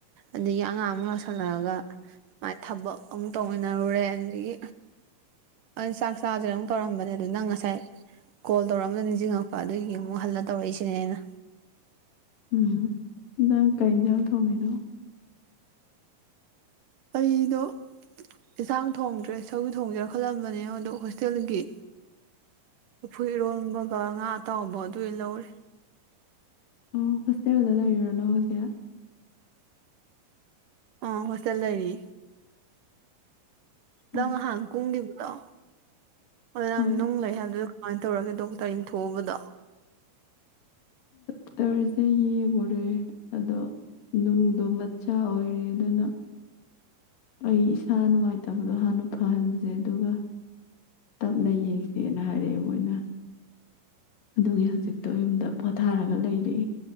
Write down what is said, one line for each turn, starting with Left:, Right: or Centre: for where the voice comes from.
Right: ꯑꯗꯒꯤ ꯑꯉꯥꯡ ꯑꯃꯨ ꯂꯧꯁꯤꯜꯂꯛꯑꯒ ꯃꯥꯏ ꯊꯕꯛ ꯑꯃꯨꯛ ꯇꯧꯃꯤꯟꯅꯔꯨꯔꯦ ꯑꯗꯒꯤ ꯑ ꯆꯥꯛ ꯆꯥꯁꯤꯔ ꯑꯃꯨꯛ ꯇꯧꯔꯝꯕꯅꯦ ꯑꯗꯨ ꯅꯪ ꯉꯁꯥꯏ ꯀꯣꯜ ꯇꯧꯔꯛꯑꯝꯗ ꯅꯤꯡꯁꯤꯡꯉꯛꯄ ꯑꯗꯨꯒꯤ ꯑꯃꯨꯛ ꯍꯜꯂ ꯇꯧꯔꯛꯏꯁꯤꯅꯦ ꯑꯩꯅ
Left: ꯎꯝ ꯅꯪ ꯀꯩ ꯌꯦꯟꯖꯥꯡ ꯊꯣꯡꯉꯤꯅꯣ
Right: ꯑꯩꯗꯣ ꯌꯦꯟꯁꯥꯡ ꯊꯣꯡꯗ꯭ꯔꯦ ꯁꯧꯒꯔ꯭ꯤ ꯊꯣꯡꯒꯦꯔꯥ ꯈꯜꯂꯝꯕꯅꯦ ꯑꯗꯣ ꯍꯣꯁꯇꯦꯜꯒꯤ ꯆꯐꯨ ꯏꯔꯣꯟꯕꯒ ꯉꯥ ꯑꯇꯥꯎꯕ ꯑꯗꯨ ꯂꯧꯔꯦ
Left: ꯑꯣ ꯍꯣꯁꯇꯦꯜꯗ ꯂꯩꯔꯤꯔꯣ ꯅꯣꯏ ꯍꯧꯖꯤꯛ꯫
Right: ꯑ ꯍꯣꯁꯇꯦꯜꯗ ꯂꯩꯔꯤ ꯅꯪ
Left: ꯎꯝ
Right: ꯉꯍꯥꯟ ꯀꯨꯝꯈꯤꯕꯗꯣ ꯑꯗꯨ ꯅꯪ
Left: ꯍꯣꯏ
Right: ꯅꯨꯡ ꯂꯩ ꯍꯥꯏꯕꯗꯨ ꯀꯃꯥꯏꯅ ꯇꯧꯔꯒ ꯗꯣꯛꯇꯔ ꯌꯦꯡꯊꯣꯛꯎꯕꯗꯣ
Left: <unintelligible> ꯑꯗꯣ ꯂꯨꯝꯗꯣ ꯃꯆꯥ ꯑꯣꯏꯔꯦ ꯑꯗꯨꯅ꯫ ꯑꯩ ꯏꯁꯥ ꯅꯨꯡꯉꯥꯏꯇꯕꯗꯣ ꯍꯥꯟꯅ ꯐꯍꯟꯖꯦ ꯑꯗꯨꯒ ꯇꯞꯅ ꯌꯦꯡꯁꯦꯅ ꯍꯥꯏꯔꯛꯑꯦ ꯃꯣꯏꯅ ꯑꯗꯨꯒꯤ ꯍꯧꯖꯤꯛꯇꯣ ꯌꯨꯝꯗ ꯄꯣꯊꯥꯔꯒ ꯂꯩꯔꯦ